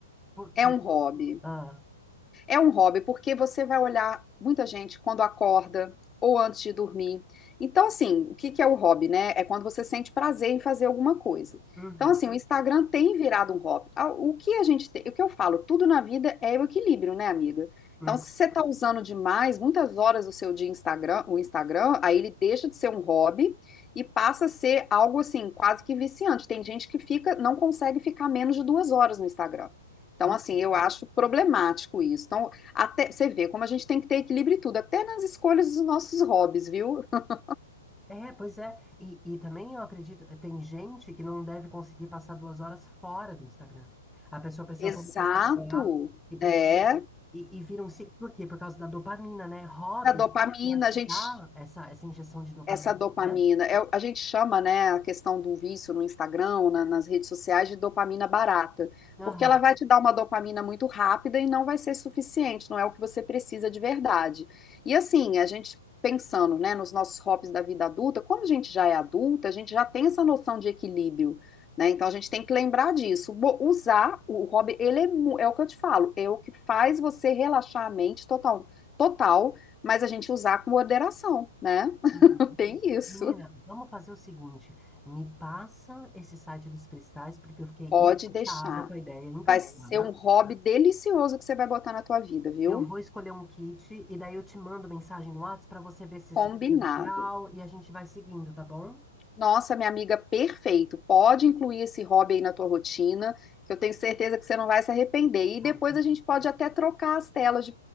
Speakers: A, in the centre; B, on the left.
A: por, por...
B: é um hobby.
A: Ah,
B: É um hobby, porque você vai olhar muita gente quando acorda ou antes de dormir. Então, assim, o que que é o hobby, né? É quando você sente prazer em fazer alguma coisa.
A: uhum,
B: Então, assim, o Instagram tem virado um hobby. Ah, O que a gente tem, o que eu falo, tudo na vida é o equilíbrio, né, amiga?
A: uhum,
B: Então, se você está usando demais, muitas horas do seu dia Instagram, o Instagram, aí ele deixa de ser um hobby e passa a ser algo assim, quase que viciante. Tem gente que fica, não consegue ficar menos de duas horas no Instagram. Então,
A: uhum.
B: assim, eu acho problemático isso. Então, até você vê como a gente tem que ter equilíbrio em tudo, até nas escolhas dos nossos hobbies, viu? <laughs>
A: É, pois é. E, e também eu acredito, tem gente que não deve conseguir passar duas horas fora do Instagram. A pessoa precisa
B: Exato.
A: voltar para lá e precisa.
B: É,
A: E, e vira um ciclo. Por quê? Por causa da dopamina, né? Hobby,
B: da dopamina,
A: ela te
B: a gente
A: dá essa, essa injeção de dopamina,
B: Essa dopamina,
A: né?
B: é o- a gente chama, né, a questão do vício no Instagram, na- nas redes sociais, de dopamina barata,
A: Aham.
B: porque ela vai te dar uma dopamina muito rápida e não vai ser suficiente, não é o que você precisa de verdade. E assim, a gente pensando, né, nos nossos hobbies da vida adulta, quando a gente já é adulta, a gente já tem essa noção de equilíbrio, né? Então a gente tem que lembrar disso. Bo- Usar o hobby, ele é, mu- é o que eu te falo, é o que faz você relaxar a mente total, total, mas a gente usar com moderação, né?
A: Uhum.
B: Tem isso.
A: Menina, vamos fazer o seguinte: me passa esse site dos cristais, porque eu fiquei
B: Pode
A: encantada
B: deixar.
A: com a ideia, encantada.
B: Vai ser um hobby delicioso que você vai botar na tua vida, viu?
A: Eu vou escolher um kit e daí eu te mando mensagem no WhatsApp para você ver se esse
B: Combinado.
A: kit é legal e a gente vai seguindo, tá bom?
B: Nossa, minha amiga, perfeito. Pode incluir esse hobby aí na tua rotina, que eu tenho certeza que você não vai se arrepender. E depois
A: Ai, tá.
B: a gente pode até trocar as telas de